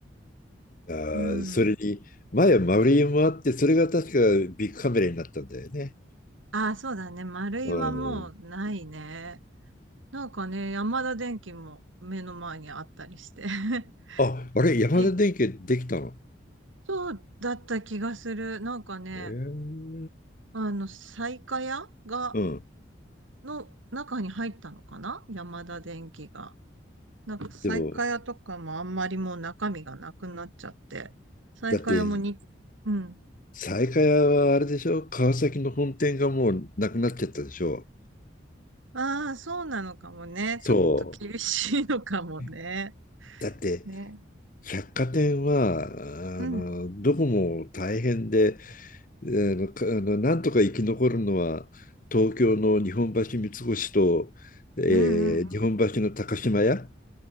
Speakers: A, on the left; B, on the right.
A: あー、
B: うん。
A: それに、前は丸いもあって、それが確かビッグカメラになったんだよね。
B: ああ、そうだね。丸いはもうないね。
A: うん。
B: なんかね、山田電機も目の前にあったりして。<laughs>
A: あ、あれ、山田電機できたの。
B: びそうだった気がする。なんかね、
A: へえ
B: あの、西華屋が、
A: うん。
B: の中に入ったのかな山田電機が。なんか西華屋とかもあんまりもう中身がなくなっちゃって。
A: でも、
B: 西華屋もに、
A: だって、
B: うん。
A: 西海屋はあれでしょ川崎の本店がもうなくなっちゃったでしょ
B: ああ、そうなのかもね。
A: そ
B: ちょっと厳しいのかもね。
A: う。だって、
B: ね。
A: 百貨店は、
B: うん。
A: あの、どこも大変で、あの、かあの、なんとか生き残るのは、東京の日本橋三越と、えー日本橋の高島屋
B: うんうん。